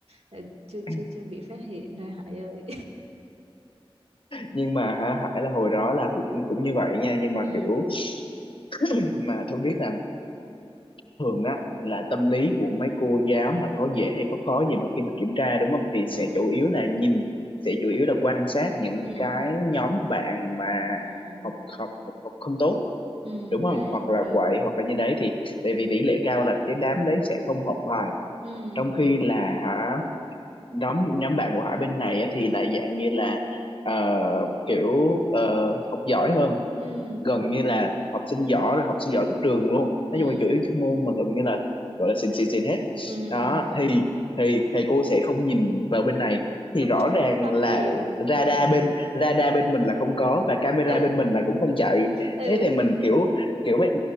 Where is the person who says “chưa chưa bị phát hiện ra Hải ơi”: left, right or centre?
Right